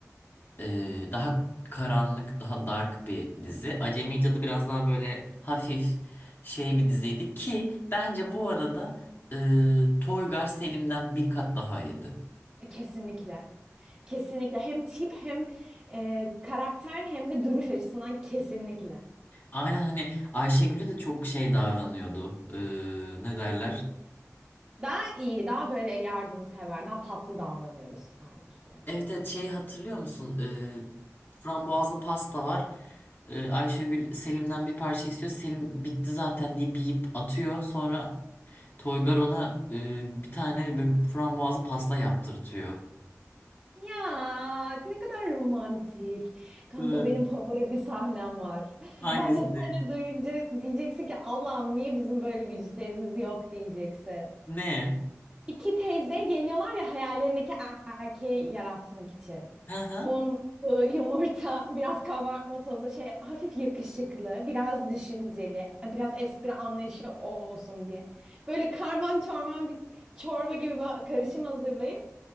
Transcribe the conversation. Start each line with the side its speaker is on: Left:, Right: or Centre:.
Left: Ee, daha karanlık, daha dark bir dizi. Acemi Cadı biraz daha böyle hafif şey bir diziydi ki bence bu arada e, Toygar Selim'den bin kat daha iyiydi.
Right: E, Kesinlikle. Kesinlikle. Hem tip hem e, karakter hem de duruş açısından kesinlikle.
Left: Aynen hani Ayşegül'e de çok şey davranıyordu. Ee, ne derler?
Right: Daha iyi, daha böyle yardımsever, daha tatlı davranıyordu sanki.
Left: Evet evet şeyi hatırlıyor musun? Ee, frambuazlı pasta var. Ee, Ayşegül Selim'den bir parça istiyor. Selim bitti zaten deyip yiyip atıyor. Sonra Toygar ona e, bir tane böyle frambuazlı pasta yaptırtıyor.
Right: Ya ne kadar romantik. Kanka
Left: Evet.
Right: benim favori bir sahnem var.
Left: Hangisini?
Right: Bence sahne duyunca diyeceksin ki Allah'ım niye bizim böyle güçlerimiz yok diyeceksin.
Left: Ne?
Right: İki teyze geliyorlar ya hayallerindeki erkeği yaratmak için.
Left: Hı hı.
Right: Un, ı, yumurta, biraz kabartma tozu, şey hafif yakışıklı, biraz düşünceli, biraz espri anlayışı olsun diye. Böyle karman çorman bir çorba gibi bir karışım hazırlayıp